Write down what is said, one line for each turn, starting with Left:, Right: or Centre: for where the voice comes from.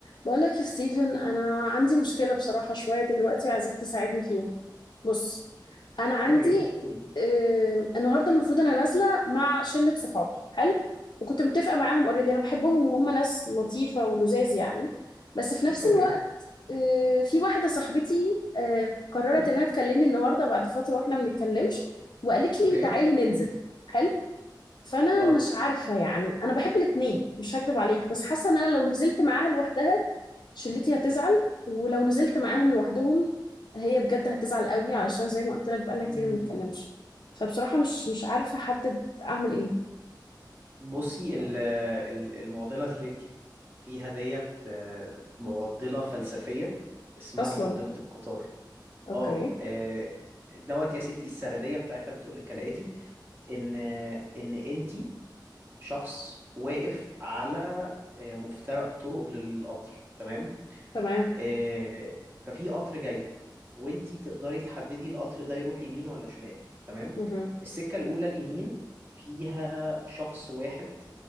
Left: بقولك يا ستيفن انا عندي مشكله بصراحه شويه دلوقتي وعايزاك تساعدني فيها بص انا عندي
Right: اوكي قولي لي
Left: آه، النهارده المفروض انا نازله مع شله صحابي حلو وكنت متفقه معاهم اوريدي انا بحبهم وهم ناس لطيفه ولذاذ يعني بس في نفس
Right: اوكي
Left: الوقت آه، في واحده صاحبتي آه، قررت
Right: مم.
Left: انها تكلمني النهارده بعد فتره واحنا ما بنتكلمش وقالت لي
Right: اوكي
Left: تعالي ننزل حلو فانا
Right: اه
Left: مش عارفه يعني انا بحب الاتنين مش هكدب عليك بس حاسه ان انا لو نزلت معاها لوحدها شلتي هتزعل ولو نزلت معاهم لوحدهم هي بجد هتزعل قوي علشان زي ما قلت لك بقالنا
Right: مم.
Left: كتير ما بنتكلمش فبصراحة مش مش عارفة احدد اعمل ايه
Right: بصي ال- ال- المعضله اللي انت فيها ديت آه، معضله فلسفيه اسمها
Left: اصلا
Right: معضله القطار
Left: اوكي
Right: اه آه، دوت يا ستي السرديه بتاعتها بتقول لك كالاتي ان ان انت شخص واقف على آه، مفترق طرق للقطر تمام
Left: تمام
Right: آه، ففي قطر جاي وانتي تقدري تحددي القطر ده يروح يمين ولا شمال تمام
Left: مهم.
Right: السكة الأولى اليمين فيها شخص واحد